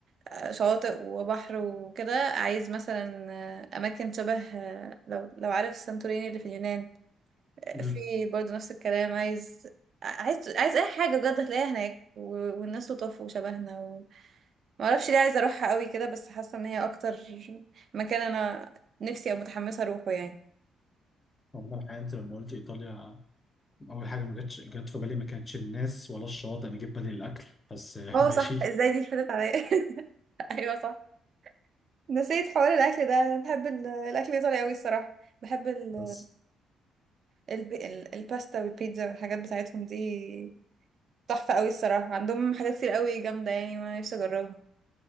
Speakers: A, on the right; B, on the left.
A: آه، شواطئ وبحر وكده عايز مثلا آه، اماكن شبه آه، لو لو عارف سانتوريني اللي في اليونان آه،
B: امم
A: في برضه نفس الكلام عايز عايز عايز اي حاجه بجد هتلاقيها هناك و- والناس لطاف وشبهنا ما اعرفش ليه عايزه اروحها قوي كده بس حاسه ان هي اكتر مكان انا نفسي او متحمسه اروحه يعني
B: والله الحقيقة انت لما قلت ايطاليا اول حاجة ما جاتش جت في بالي ما كانتش الناس ولا الشواطئ انا جيت بالي الاكل بس <laughs>
A: اه
B: ماشي
A: صح ازاي دي فاتت عليا <laughs> ايوه صح نسيت حوار الاكل ده انا بحب ال- الاكل الايطالي قوي الصراحه بحب ال...
B: بس
A: ال... ال... الباستا والبيتزا والحاجات بتاعتهم دي تحفه قوي الصراحه عندهم حاجات كتير قوي جامده يعني وانا نفسي اجربها